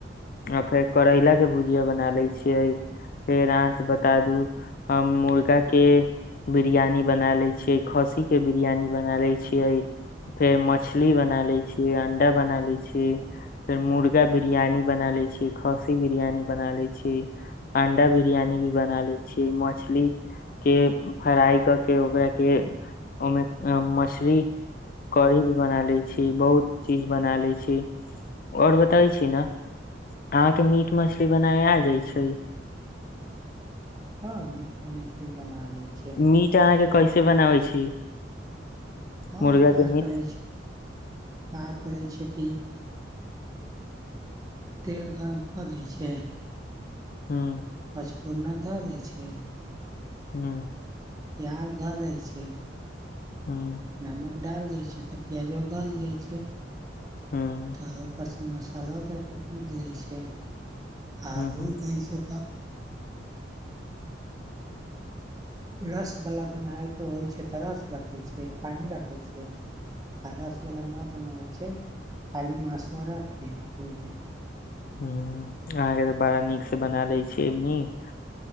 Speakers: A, on the left; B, on the right.
A: आ फेर करैला के भुजिया बना ले छियै फेर अहाँ से बता दू हम मुर्गा के बिरियानी बना ले छियै खस्सी के बिरियानी बना लै छियै फेर मछली बना लै छियै अंडा बना लै छियै फेर मुर्गा बिरियानी बना लै छियै खस्सी बिरियानी बना लै छियै अंडा बिरियानी भी बना लै छियै मछली के फ्राइ करके ओकरा के ओहिमे मछली कढ़ी भी बना लै छी बहुत चीज बना लै छी और बताबै छी ने अहाँके मीट मछली बनाय आ जाइ छै
B: हँ मीट मनी <unintelligible> बना ले छी
A: मीट अहाँके कैसे बनाबै छी
B: हम
A: मुर्गा
B: का
A: के मीट
B: करै छियै का करै छै की तेल गरम कऽ दै छै
A: हँ <inaudible>
B: पचफोरना धए दै छै
A: हूंम्म
B: प्याज धऽ दै छै
A: हूंम्म
B: नमक डाल दै छै तऽ प्याजबा गलि जाइ छै
A: हूंम्म
B: तऽ ओपरसँ मसालो दएके भुजि दै छै आ
A: ह
B: भुजि दै छै तऽ रसवला बनाइके होइ छै तऽ रस रखै छियै पानि रखै छियै आ रसवला नहि बनबै छै खाली मास रखके भूज दैत छियै
A: हूंम्म अहाँके तऽ बड़ा नीक से बना ले छियै मीट